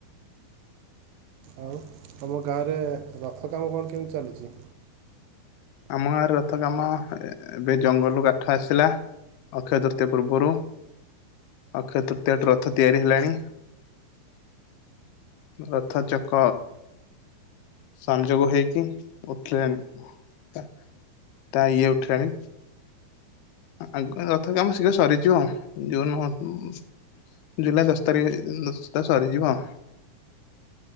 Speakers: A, on the right (about 75°); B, on the left (about 90°).
A: ଆଉ ତମ ଗାଁରେ ରଥ କାମ କଣ କେମିତି ଚାଲିଚି?
B: ଆମ ଗାଁରେ ରଥ କାମ ଏ ଏବେ ଜଙ୍ଗଲରୁୁ କାଠ ଆସିଲା। ଅକ୍ଷୟ ତୃତୀୟ ପୂର୍ବରୁ। ଅକ୍ଷୟ ତୃତୀୟଟୁ ରଥ ତିଆରି ହେଲାଣି। ରଥ ଚକ ସଂଯୋଗ ହେଇକି ଉଥିଲାନି। ତା ତା ଇଏ ଉଠିଲାଣି। ଆ ଆଗ ରଥ କାମ ଶୀଘ୍ର ସରିଯିବ। ଜୁନ ଉଁ ଜୁଲାଇ ଦଶ ତାରି ନ ସୁଧା ସରିଯିବ।